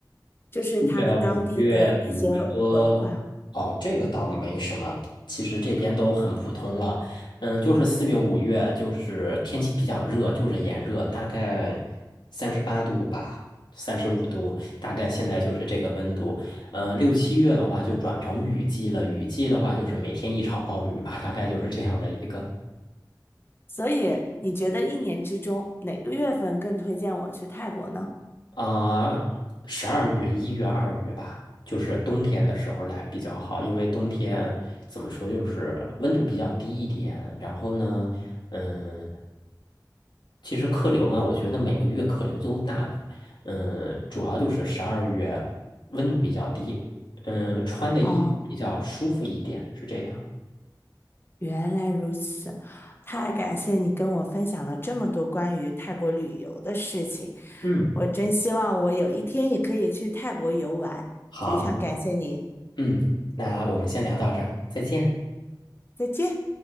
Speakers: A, on the left; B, on the left.
A: 就是他们当地的一些文化。
B: 四月、五月，比如说，哦，这个倒没什么，其实这边都很普通了。嗯，就是四月、五月，就是天气比较热，就是炎热，大概三十八度吧，三十五度，大概现在就是这个温度。嗯，六七月的话就转成雨季了，雨季的话就是每天一场暴雨吧，大概就是这样的一个。
A: 所以你觉得一年之中哪个月份更推荐我去泰国呢？
B: 啊，十二月、一月、二月吧，就是冬天的时候来比较好，因为冬天怎么说，就是温度比较低一点。然后呢，嗯，其实客流嘛，我觉得每个月客流都大，嗯，主要就是十二月温度比较低，嗯，穿的衣服比较舒服一点，
A: 哦，
B: 是这样。
A: 原来如此，太感谢你跟我分享了这么多关于泰国旅游的事情，
B: 嗯，
A: 我真希望我有一天也可以去泰国游玩，
B: 好，
A: 非常感谢你，
B: 嗯，那我们先聊到这儿，再见。
A: 再见。